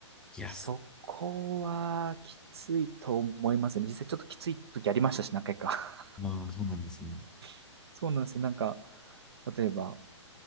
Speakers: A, in the centre; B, on the right.
A: いや、
B: そこはきついと思いますね。
A: す
B: 実際ちょっときつい時ありましたし、何回か。
A: まあ、そうなんですね。
B: <laughs> そうなんですよ。なんか、例えば、